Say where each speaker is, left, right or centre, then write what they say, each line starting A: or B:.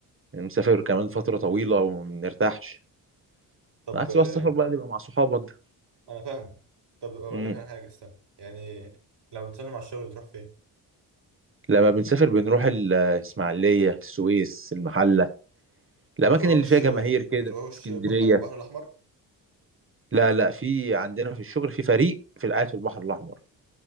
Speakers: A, on the right; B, on the right.
A: يعني بنسافر كمان فترة طويلة وما بنرتاحش
B: طب
A: عكس
B: آه،
A: بقى السفر بقى اللي بيبقى مع صحابك ده
B: انا فاهم طب اقول
A: امم
B: لك على حاجه استنى يعني لما بتسافر مع الشغل بتروح فين
A: لما بنسافر بنروح ال- الإسماعيلية السويس المحلة الأماكن
B: ما بتروحوش
A: اللي فيها جماهير كده
B: ما بتروحوش
A: اسكندرية
B: ب- حاجه البحر الاحمر
A: لا لا في عندنا في الشغل في فريق في قاعد في البحر الأحمر